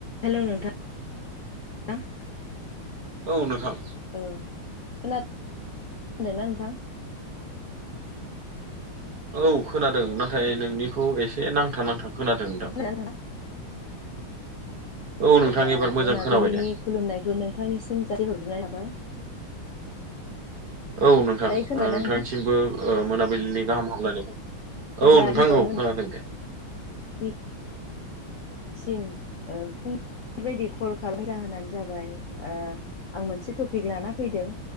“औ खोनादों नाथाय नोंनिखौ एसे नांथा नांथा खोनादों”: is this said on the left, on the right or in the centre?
Right